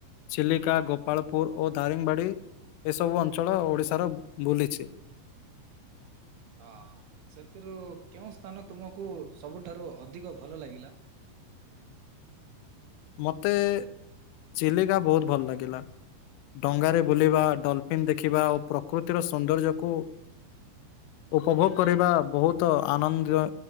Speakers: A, on the left; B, on the right.
A: ଚିଲିକା ଗୋପାଳପୁର ଓ ଦାରିଙ୍ଗବାଡ଼ି। ଏସବୁ ଅଞ୍ଚଳ ଓଡ଼ିଶାର ବୁଲିଛି।
B: ହଁ ସେଥିରୁ କେଉଁ ସ୍ଥାନ ତୁମକୁ ସବୁଠାରୁ ଅଧିକ ଭଲ ଲାଗିଲା?
A: ମୋତେ ଚିଲିକା ବହୁତ ଭଲ ଲାଗିଲା। ଡଙ୍ଗାରେ ବୁଲିବା ଡଲଫିନ୍ ଦେଖିବା ଓ ପ୍ରକୃତିର ସୌନ୍ଦର୍ଯ୍ୟକୁ ଉପଭୋଗ କରିବା ବହୁତ ଆନନ୍ଦ